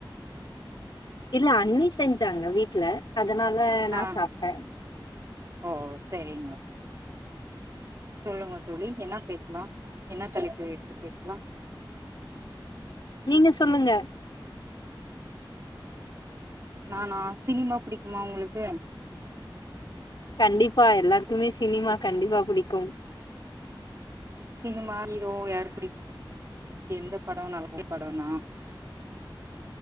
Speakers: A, on the left; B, on the right.
A: இல்ல அண்ணி செஞ்சாங்க வீட்ல அதனால நான்
B: ஆ
A: சாப்டன்
B: ஓ சரி சொல்லுங்க தோழி என்ன பேசலாம் என்ன தலைப்பு எடுத்து பேசலாம்
A: நீங்க சொல்லுங்க
B: நானா சினிமா புடிக்குமா உங்களுக்கு
A: கண்டிப்பா எல்லாருக்குமே சினிமா கண்டிப்பா புடிக்கும்
B: சினிமா ஹீரோ யார் பிடிக்கு எந்த படம் நல்ல படம்னா